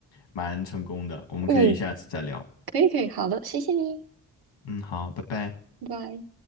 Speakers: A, on the left (about 85°); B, on the right (about 55°).
A: 蛮成功的，我们可以下次再聊。
B: 嗯，可以可以，好的，谢谢你，
A: 嗯，好，拜拜。
B: 拜拜。